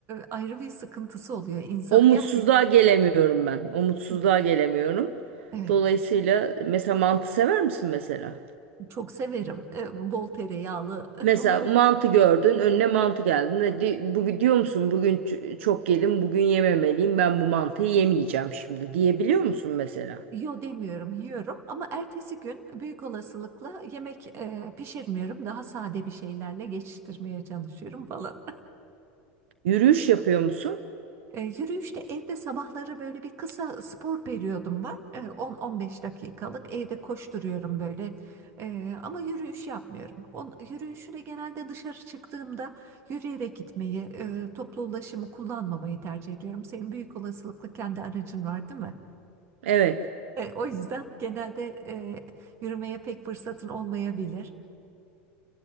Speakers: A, on the right; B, on the right.
A: ayrı bir sıkıntısı oluyor. İnsanı
B: O mutsuzluğa
A: gerçekten
B: gelemiyorum ben. O mutsuzluğa
A: Evet,
B: gelemiyorum.
A: evet.
B: Dolayısıyla mesela mantı sever misin mesela?
A: çok severim. Ee, bol tereyağlı,
B: Mesela
A: <laughs> bol
B: mantı gördün, önüne mantı geldi. Ne di- bugün diyor musun? Bugün ç- çok yedim, bugün yememeliyim. Ben bu mantıyı yemeyeceğim şimdi diyebiliyor musun mesela?
A: yo demiyorum, yiyorum ama ertesi gün büyük olasılıkla yemek e, pişirmiyorum. Daha sade bir şeylerle geçiştirmeye çalışıyorum falan.
B: Yürüyüş yapıyor musun?
A: E, yürüyüşte evde sabahları böyle bir kısa spor periyodum var. E, 10-15 dakikalık evde koşturuyorum böyle. E, ama yürüyüş yapmıyorum. On, yürüyüşü de genelde dışarı çıktığımda yürüyerek gitmeyi, e, toplu ulaşımı kullanmamayı tercih ediyorum. Senin büyük olasılıkla kendi aracın var, değil mi?
B: Evet.
A: E, o yüzden genelde e, yürümeye pek fırsatın olmayabilir.